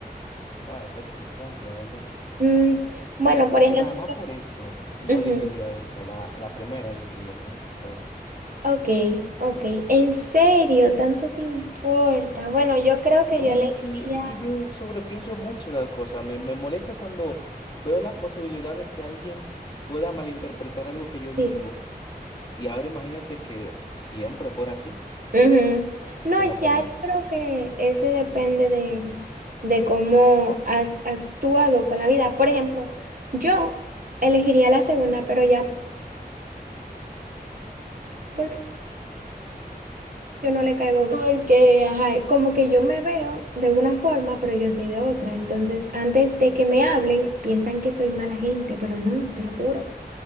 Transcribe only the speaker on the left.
va, eso es frustrante, la verdad.
Yo creo
que
nada más por eso no
elegiría esa, la, la primera elegiría yo, creo.
No,
es que, es que yo sobrepienso mucho las cosas. Me, me molesta cuando veo la posibilidad de que alguien pueda malinterpretar algo que yo digo.
Y ahora imagínate que siempre fuera así.
Yo no podría.